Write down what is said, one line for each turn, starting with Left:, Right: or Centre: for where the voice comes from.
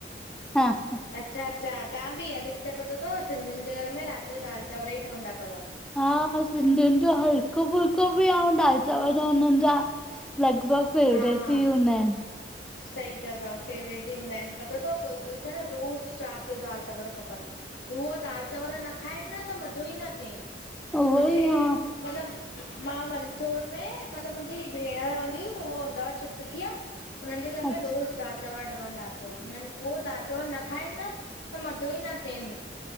Centre: हा, ह
Left: अच्छा, अच्छा तव्हां बि अधिकतर पतो तव सिंधियुनि जे घर में राति जो दालि चांवर ई ठहंदा तव।
Centre: हा सिंधियुनि जो हलिको फुलको बि आ दाल चांवर हुननि जा। लगभग फेवरेट
Left: हा
Centre: ई हुंदा आहिन।
Left: सही ता चव फेवरेट ई हूंदा आहिनि पतो तव कोई कोई त न रोज़ु राति जो दालि चांवर खपनि। उअ दालि चांवर न खाइनि न त मज़ो ई न अचेन।
Centre: उहो
Left: मुंहिंजे
Centre: ई हा
Left: मतिलबु मां मंसूर में मतिलबु मुंहिंजी भेण रहंदी हुई उहो अहमदाबाद शिफ्ट थिया। हुननि जे घर
Centre: अच्छा
Left: में रोज़ दाल चांवर ठवनि राति जो हुननि उह दाल चांवर न खाइनि न त मज़ो ई न अचेन।